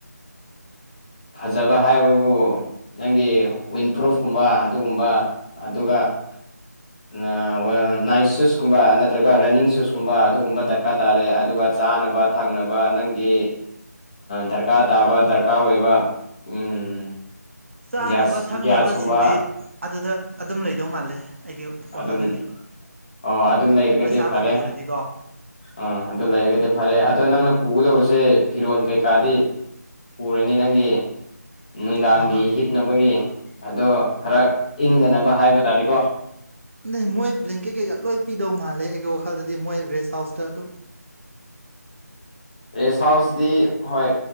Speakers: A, on the left; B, on the right.
A: ꯐꯖꯕ ꯍꯥꯏꯕꯕꯨ ꯅꯪꯒꯤ ꯋꯤꯟꯄ꯭ꯔꯨꯐꯀꯨꯝꯕ ꯑꯗꯨꯒꯨꯝꯕ ꯑꯗꯨꯒ <inaudible> ꯅꯥꯕ ꯅꯥꯏꯛ ꯁꯨꯁꯀꯨꯝꯕ ꯅꯠꯇ꯭ꯔꯒ ꯔꯟꯅꯤꯡ ꯁꯨꯁꯀꯨꯝꯕ ꯑꯗꯨꯒꯨꯝꯕ ꯗꯔꯀꯥꯔ ꯇꯥꯔꯦ ꯑꯗꯨꯒ ꯆꯥꯅꯕ ꯊꯛꯅꯕ ꯅꯪꯒꯤ ꯗꯔꯀꯥꯔ ꯇꯥꯕ ꯗꯔꯀꯥꯔ ꯑꯣꯏꯕ ꯎꯝ
B: ꯆꯥꯅꯕ
A: ꯌꯥꯁ
B: ꯊꯛꯅꯕꯁꯤꯡꯗꯤ
A: ꯒꯌꯥ꯭ꯁ ꯀꯨꯝꯕ
B: ꯑꯗꯨꯗ ꯑꯗꯨꯝ ꯂꯩꯗꯧ ꯃꯥꯜꯂꯦ ꯑꯩꯒꯤ ꯋꯥꯈꯜꯗꯗꯤ
A: ꯑꯗꯨꯝ ꯑꯣ ꯑꯗꯨ ꯂꯩꯔꯒꯗꯤ
B: ꯄꯩꯁꯥꯕꯨ
A: ꯐꯔꯦ
B: ꯄꯨꯔꯗꯤꯀꯣ
A: ꯎꯝ ꯑꯗꯨ ꯂꯩꯔꯒꯗꯤ ꯐꯔꯦ ꯑꯗꯣ ꯅꯪꯅ ꯄꯨꯒꯗꯕꯁꯦ ꯐꯤꯔꯣꯜ ꯀꯩꯀꯥꯗꯤ ꯄꯨꯔꯅꯤ ꯅꯪꯒꯤ ꯅꯨꯡꯗꯥꯡꯒꯤ
B: ꯍꯣꯏ ꯍꯣꯏ
A: ꯍꯤꯞꯅꯕꯒꯤ ꯑꯗꯣ ꯈꯔ ꯏꯪꯗꯅꯕ ꯍꯥꯏꯕ ꯇꯥꯔꯦꯀꯣ
B: ꯅ ꯃꯣꯏ ꯭ꯂꯂꯦꯝꯡꯀꯦ ꯀꯩꯒ ꯂꯣꯏ ꯄꯤꯗꯧ ꯃꯥꯜꯂꯦ ꯑꯩꯒꯤ ꯋꯥꯈꯜꯗꯗꯤ ꯃꯣꯏ ꯔꯦꯁ ꯍꯥꯎꯁꯇ ꯑꯗꯨꯝ
A: ꯔꯦꯁ ꯍꯥꯎꯁꯇꯤ ꯍꯣꯏ